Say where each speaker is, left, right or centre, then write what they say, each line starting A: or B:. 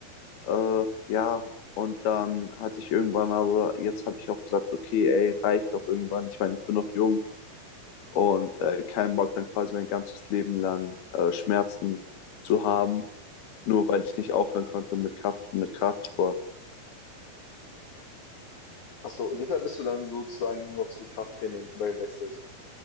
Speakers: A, on the left (about 85°); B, on the left (about 55°).
A: äh, ja. Und dann hatte ich irgendwann, aber jetzt habe ich auch gesagt, okay, ey, reicht doch irgendwann. Ich meine, ich bin noch jung und äh, keinen Bock, dann quasi mein ganzes Leben lang äh, Schmerzen zu haben, nur weil ich nicht aufhören konnte mit Kraft, mit Kraftsport.
B: Ach so, und deshalb bist du dann sozusagen nur noch zu Krafttraining übergewechselt.